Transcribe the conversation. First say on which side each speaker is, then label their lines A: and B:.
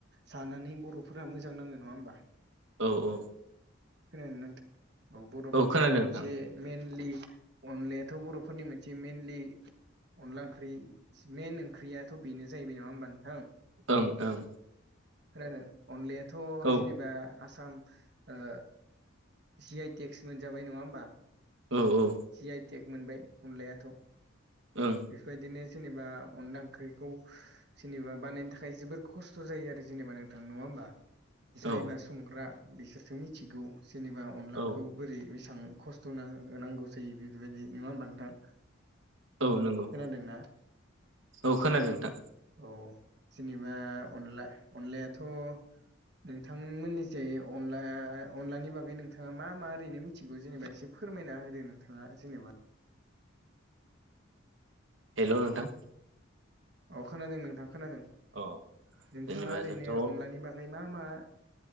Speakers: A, on the right; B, on the right.
A: जानानै बर'फोरा मोजां नाङो नङा होमबा
B: औ औ
A: खोनादोंना नोंथां औ बर'फोरनिनो
B: खोनादों
A: मोनसे
B: नोंथां
A: मेइनलि अनलायाथ' बर'फोरनि मोनसे मेनलि अनला ओंख्रि मेन ओंख्रियाथ' बेनो जाहैबाय नामा होमबा नोंथां
B: ओं ओं
A: खोनादों अनलायाथ'
B: औ
A: जेनेबा आसाम ओ जि आइ टेक्स मोनजाबाय नङा होमबा
B: औ औ
A: जि आइ टेक मोनबाय अनलायाथ'
B: ओं
A: बेफोरबायदिनो जेनेबा अनला ओंख्रिखौ जेनेबा बानायनो थाखाय जोबोर खस्थ' जायो आरो जेनेबा नोंथां नङा होमबा जायबा
B: औ
A: संग्रा बिसोरसो मिथिगौ जेनेबा अनलाखौ
B: औ
A: बोरै बेसेबां खस्थ' ना नांगौ जायो बेबायदि नङा होनबा नोंथां
B: औ नंगौ
A: खोनादोंना
B: औ खोनादों नोंथां
A: औ जेनेबा अनला अनलायाथ' नोंथांमोननि जाय अनला अनलानि बागै नोंथाङा मा मा ओरैनो मिथिगौ जेनेबा एसे फोरमायना होदो नोंथाङा जेनेबा
B: हेल' नोंथां।
A: अ खोनादों नोंथां खोनादों
B: अ
A: नोंथाङा
B: जेनेबा
A: ओरैनो
B: जोंथ'
A: अनलानि बागै ओइ मा मा